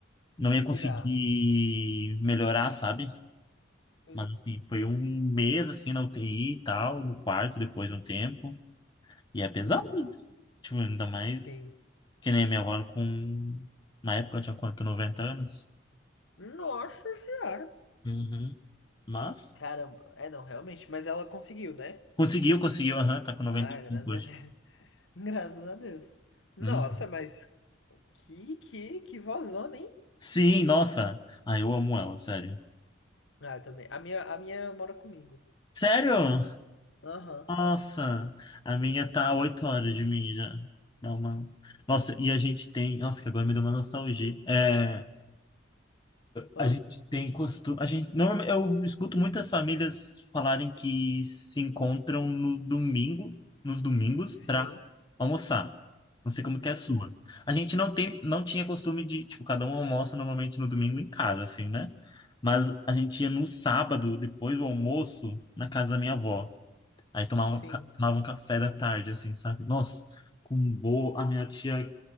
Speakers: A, on the left (about 25°); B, on the left (about 75°).
A: não ia
B: De
A: conseguir
B: pirar.
A: melhorar, sabe?
B: Sim.
A: Mas, assim, foi um mês, assim, na UTI e tal, no quarto, depois de um tempo. E é pesado,
B: Uhum.
A: né? tipo, ainda mais
B: Sim.
A: que nem a minha avó com, na época eu tinha quanto, 90 anos?
B: Nossa senhora.
A: Uhum. Mas,
B: Caramba. É, não, realmente. Mas ela conseguiu, né?
A: conseguiu, conseguiu, aham, tá com noventa
B: Ah,
A: e
B: graças
A: cinco hoje.
B: a Deus. <laughs> Graças a Deus. Nossa,
A: Hum.
B: mas que, que, que vozona, hein?
A: Sim, nossa. Ah, eu amo ela, sério.
B: Ah, eu também. A minha, a minha mora comigo.
A: Sério?
B: Aham.
A: Nossa, a minha tá a oito horas de mim já. Dá uma... Nossa, e a gente tem. Nossa, que agora me deu uma nostalgia. É,
B: Ah,
A: a gente tem costume. A gente, normalmente, eu escuto muitas famílias falarem que se encontram no domingo, nos domingos,
B: sim.
A: almoçar. Não sei como
B: Sim.
A: que é a sua. A gente não tem, não tinha costume de, tipo, cada um almoça normalmente no domingo em casa, assim, né? Mas a gente ia no sábado, depois do almoço, na casa da minha avó. Aí tomava,
B: Sim.
A: ca- tomava um café da tarde, assim, sabe? Nossa, com um bolo. A minha tia